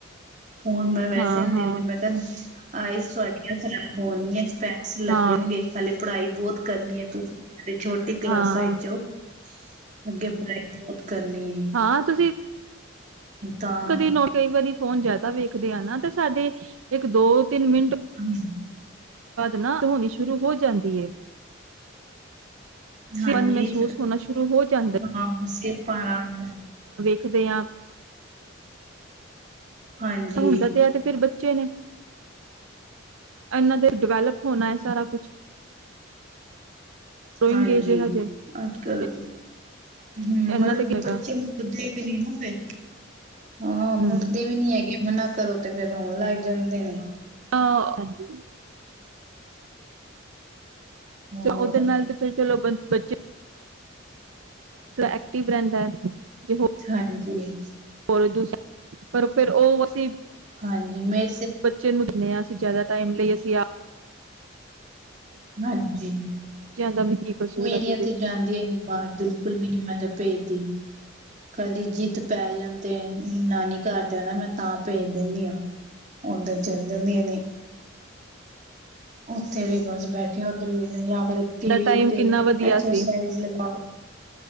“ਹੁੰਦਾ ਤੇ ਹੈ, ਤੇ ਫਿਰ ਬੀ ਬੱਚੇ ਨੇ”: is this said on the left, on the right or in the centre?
Right